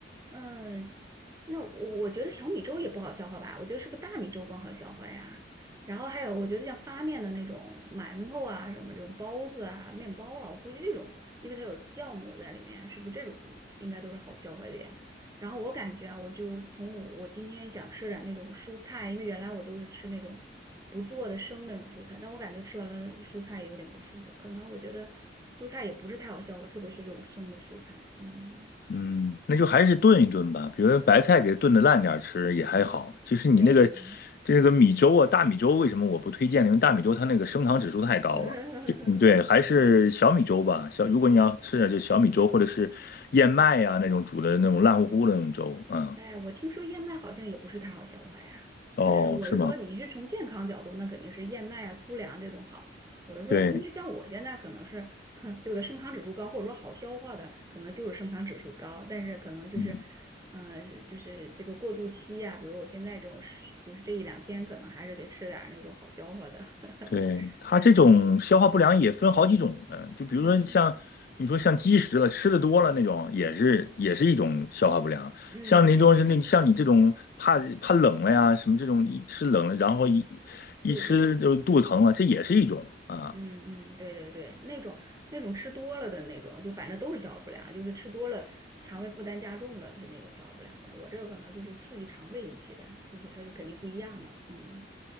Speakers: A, on the right; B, on the left.
A: 嗯，那我我觉得小米粥也不好消化吧，我觉得是不是大米粥更好消化呀？然后还有，我觉得像发面的那种馒头啊，什么这种包子啊、面包啊，我估计这种，因为它有酵母在里面，是不是这种应该都是好消化的？呀？然后我感觉啊，我就从我我今天想吃点那种蔬菜，因为原来我都是吃那种不做的生的那种蔬菜，但我感觉吃完了蔬菜也有点不舒服，可能我觉得蔬菜也不是太好消化，特别是这种生的蔬菜。嗯，
B: 嗯，那就还是炖一炖吧，比如说白菜给炖的烂点儿吃也还好。其实你那个
A: 对对对，
B: 这个米粥啊，大米粥为什么我不推荐呢？因为大米粥它那个升糖指数太高了。
A: 嗯，<laughs>
B: 这嗯，对，还是小米粥吧。小，如果你要吃点就小米粥或者是燕麦呀、那种煮的那种烂乎乎的那种粥，嗯，
A: 哎，我听说燕麦好像也不是太好消化呀，
B: 哦，
A: 就是我是说，
B: 是吗？
A: 你是从健康角度，那肯定是燕麦啊、粗粮这种好。我是说，
B: 对，
A: 因为像我现在可能是，<laughs> 哼，就的升糖指数高，或者说好消化的，可能就是升糖指数高，但是可能就是，
B: 嗯。
A: 嗯，就是这个过渡期呀、比如说我现在这种是，就是这一两天可能还是得吃点儿那种好消化的，<laughs>
B: 对，它这种消化不良也分好几种，
A: 嗯
B: 嗯，就比如说像你说像积食了，
A: 嗯
B: 吃的多了那种，也是也是一种消化不良。
A: 嗯，
B: 像那种是那像你这种怕怕冷了呀，
A: 对，
B: 什么这种一吃冷了，然后一
A: 刺激。
B: 一吃就肚子疼了，这也是一种啊
A: 嗯嗯，对对对，那种那种吃多了的那种，就反正都是消化不良，就是吃多了，肠胃负担加重了，它那种消化不良呗。我这个可能就是刺激肠胃引起的，就是它是肯定不一样嘛。嗯，